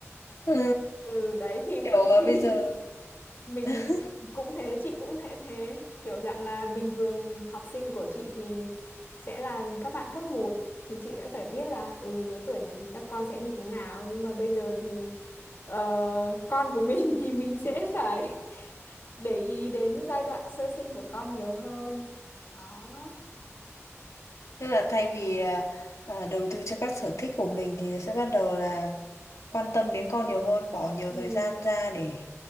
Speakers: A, on the left; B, on the left.
A: ừ,
B: <laughs> ừ đấy thì
A: kiểu ờ,
B: thì
A: bây giờ
B: mình
A: <laughs>
B: cũng thế chị cũng thế thế kiểu dạng là bình thường học sinh của chị thì sẽ là các bạn cấp một thì chị sẽ phải biết là ừ lứa tuổi này thì các con sẽ như thế nào nhưng mà bây giờ thì ờ, con của mình <laughs> thì mình sẽ phải <laughs> để ý đến giai đoạn sơ sinh của con nhiều hơn đó
A: Tức là thay vì à, à, đầu tư cho các sở thích của mình thì sẽ bắt đầu là quan tâm đến con nhiều hơn, bỏ nhiều
B: ừ,
A: thời gian ra để